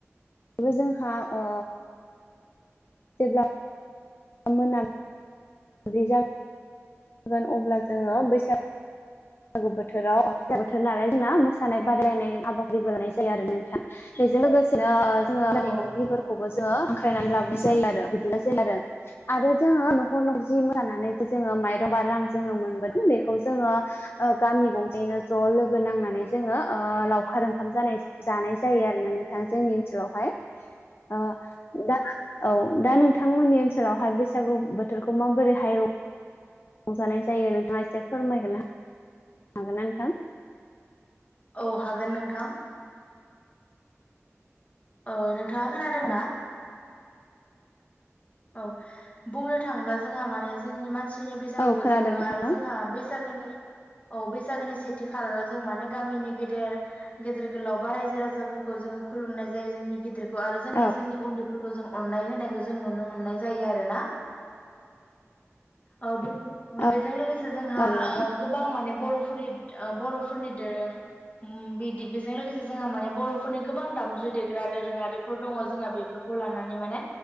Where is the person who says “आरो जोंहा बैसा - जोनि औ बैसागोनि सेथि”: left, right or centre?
Left